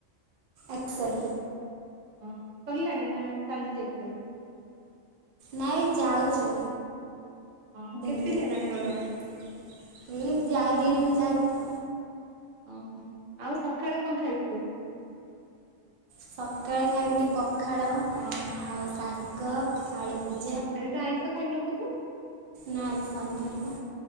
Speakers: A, on the right (about 65°); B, on the right (about 80°).
A: ଏକ୍ସେଲ୍।
B: ଓ ହୋ ସରିଲାଣି ନା ଚାଲିଛି ଏକ୍ସେଲ୍?
A: ନାଇଁ ଯାଉଚି।
B: ଓହୋ କେତେ
A: <inaudible>
B: ଦିନ ହେଲାଣି ଗଲଣି?
A: ଏଇ ଯାହା ଦି ଦିନ ତ
B: ଓହୋ ଆଉ ସକାଳେ କଣ ଖାଇଥିଲୁ?
A: ସକାଳେ ଖାଇଥିଲି ପଖାଳ।
B: ଓହୋ
A: ପଖାଳ ଆଉ ଶାଗ। ପଖାଳ ଆଳୁ ଭର୍ତ୍ତା।
B: ଆଜି ତ ଆଇଁଷ ଖାଇ ନଥିବୁ
A: ନା ଆଜି ଶନିବାର ପା